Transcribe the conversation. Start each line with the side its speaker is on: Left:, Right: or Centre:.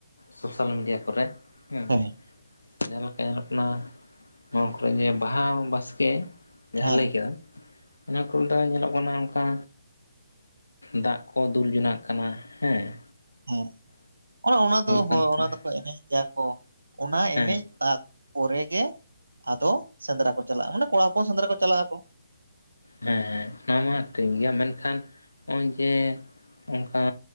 Left: ᱥᱳᱥᱟᱞ ᱢᱤᱰᱤᱭᱟ ᱠᱚᱨᱮ ᱦᱩᱸ
Right: ᱦᱮᱸ
Left: ᱡᱟᱦᱟᱸ ᱞᱮᱠᱟ ᱧᱮᱞᱚᱜ ᱠᱟᱱᱟ ᱱᱚᱣᱟ ᱠᱚᱨᱮ ᱡᱮ ᱵᱟᱦᱟ ᱵᱟᱥᱠᱮ ᱡᱟᱦᱟᱸ
Right: ᱦᱮᱸ
Left: ᱞᱟᱹᱭ ᱠᱮᱫᱟᱢ ᱾ <unintelligible> ᱧᱮᱞᱚᱜ ᱠᱟᱱᱟ ᱚᱱᱠᱟ ᱫᱟᱜ ᱠᱚ ᱫᱩᱞ ᱡᱚᱱᱟᱜ ᱠᱟᱱᱟ ᱦᱮᱸ ᱾
Right: ᱦᱮᱸ ᱚᱱᱮ ᱚᱱᱟᱫᱚ ᱦᱳ
Left: ᱠᱟᱱ ᱛᱟᱢᱟ
Right: ᱚᱱᱟ ᱫᱚᱠᱚ ᱮᱱᱮᱡ ᱜᱮᱭᱟ ᱠᱚ ᱚᱱᱟ
Left: ᱦᱮᱸ
Right: ᱮᱱᱮᱡ ᱛᱟᱯᱚᱨᱮ ᱜᱮ ᱟᱫᱚ ᱥᱮᱸᱫᱽᱨᱟ ᱠᱚ ᱪᱟᱞᱟᱜᱼᱟ ᱢᱟᱱᱮ ᱠᱚᱲᱟ ᱦᱚᱯᱚᱱ ᱥᱮᱸᱫᱽᱨᱟ ᱠᱚ ᱪᱟᱞᱟᱜ ᱟᱠᱚ ᱾
Left: ᱦᱮᱸ ᱦᱮᱸ ᱢᱟ ᱴᱷᱤᱠ ᱜᱮᱭᱟ ᱢᱮᱱᱠᱷᱟᱱ ᱦᱚᱜᱼᱚᱭ ᱡᱮ ᱚᱱᱠᱟ